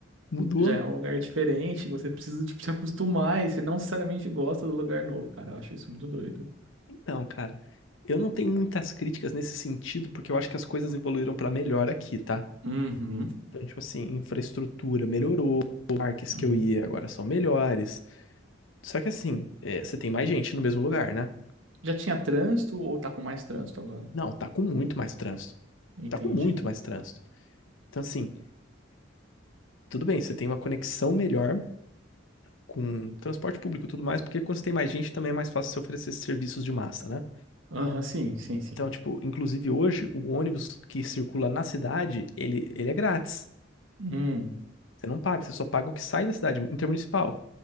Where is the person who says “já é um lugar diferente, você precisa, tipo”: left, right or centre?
Right